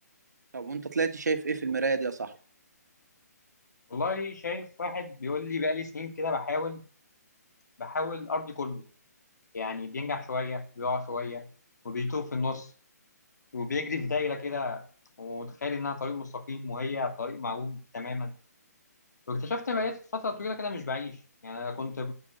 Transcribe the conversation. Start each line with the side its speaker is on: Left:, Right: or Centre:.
Right: طب وانت طلعت شايف ايه في المراية دي يا صاحبي
Left: والله شايف واحد بيقول لي بقالي سنين كده بحاول بحاول أرضي كله يعني بينجح شوية بيقع شوية وبيتوه في النص وبيجري في دايرة كده ومتخيل إنها طريق مستقيم وهي طريق معوج تماما واكتشفت إن بقيت فترة طويلة كده مش بعيش يعني أنا كنت